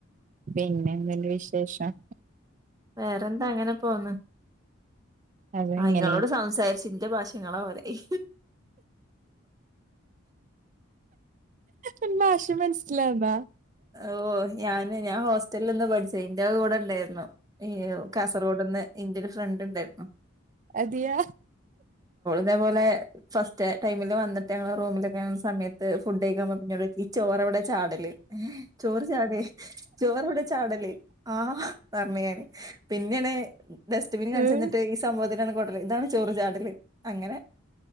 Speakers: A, on the right (about 40°); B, on the right (about 20°).
A: പിന്നെ എന്ത്ണ്ട് വിശേഷം
B: വേറെന്താ അങ്ങനെ പോന്ന്
A: അത്
B: ആ
A: ഇങ്ങനെ
B: ഇങ്ങളോട് സംസാരിച്ച് എന്റെ ഭാഷ നിങ്ങളെ പോലയായി
A: എന്റെ ഭാഷ മനസ്സിലാവ്ണ്ടാ
B: ഓ ഞാന് ഞാൻ ഹോസ്റ്റല്ല് ന്ന് പഠിച്ചെയ്. ഇന്റെ കൂടെ ഇണ്ടേര്ന്നു ഏഹ് കാസറ്ഗോഡ്ന്ന് ഇൻ്റൊരു ഫ്ര ഫ്രണ്ട് ണ്ടേർന്നു
A: അതിയാ
B: തേപോലെ ഫസ്റ്റ ടൈമില് വന്ന്ട്ട് ഞങ്ങള് റൂമില്ക്ക്ണ സമയത്ത് ഫുഡെയ്ക്കാൻ പൊയപ്പൊ <unintelligible> എവ്ടെ ചാടല് ചോറ് ചാടെ ചോറെവ്ടെ ചാടല് ആ പർണ് യാന് പിന്നെ ന് ഡസ്റ്റ്ബിന് കാണ്ചന്ന്ട്ടെയ്
A: ഉം.
B: ഈ <unintelligible> <unintelligible> കൊട്ടല് ഇതാണ് ചോറ് ചാടല് അങ്ങനെ